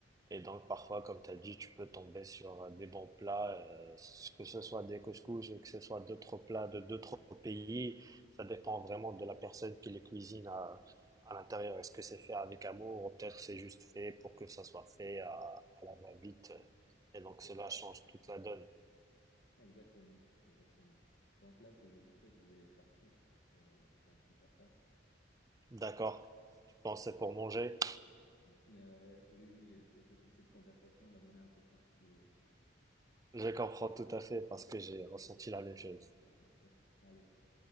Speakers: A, on the right (about 20°); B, on the left (about 55°).
A: Et donc parfois, comme tu as dit, tu peux tomber sur euh, des bons plats, euh, que ce soit des couscous ou que ce soit d'autres plats de d'autres pays. Ça dépend vraiment de la personne qui les cuisine à, à l'intérieur. Est-ce que c'est fait avec amour ou peut-être c'est juste fait pour que ça soit fait à, à la va-vite. Et donc cela
B: C'est ça.
A: change toute la donne.
B: Exactement, exactement. Donc là, je, en fait, je vais partir. Euh, j'ai un truc à faire.
A: D'accord, je pensais pour manger.
B: Euh, oui, oui, euh, cette cette conversation m'a donné un peu faim. Je-
A: Je comprends tout à fait parce que j'ai ressenti la même chose.
B: <laughs> Allez.